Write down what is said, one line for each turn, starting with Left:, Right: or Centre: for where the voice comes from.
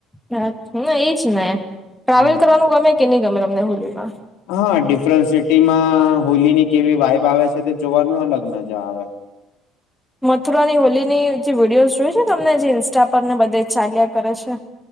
Centre: હ ન ઈજને ટ્રાવેલ
Left: હમ
Centre: કરવાનું ગમે કે ની. તમને તમને હુ કેવા.
Left: હા ડિફરેન સિટીમાં અ હોલી ની કેવી વાઈબ આવે છે તે જોવાનું અલગ મજા આવે.
Centre: મથુરાની હોલીની જે વિડીયોઝ જોય છે તમને જે ઇન્સ્ટા પર ને બધે ચાલ્યા કરે છે?